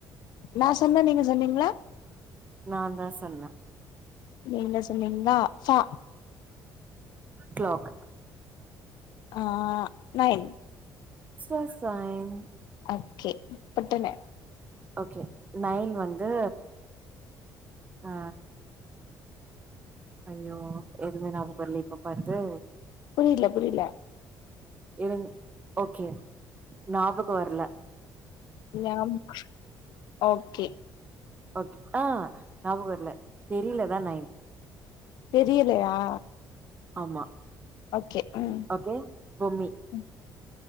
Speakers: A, on the left; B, on the right.
A: நா சொன்னே நீங்க சொன்னீங்களா?
B: நாந்தா சொன்னே
A: நீங்க சொன்னீங்களா ஃபா
B: க்ளாக்
A: ஆ நைன்
B: சர்ஸாயன்
A: ஓகே பட்டுன்னு
B: ஓகே நைன் வந்து ஆ ஐயோ எதுமே ஞாபகோ வரலையே இப்ப பாத்து
A: புரியல புரியல
B: இருங் ஓகே ஞாபகோ வர்ல.
A: ஞாபகோ ஓகே
B: ஓகே ஆ ஞாபகோ இல்ல தெரியலதா நைன்
A: தெரியலையா
B: ஆமா
A: ஓகே ம்
B: ஓகே பொம்மி
A: ம்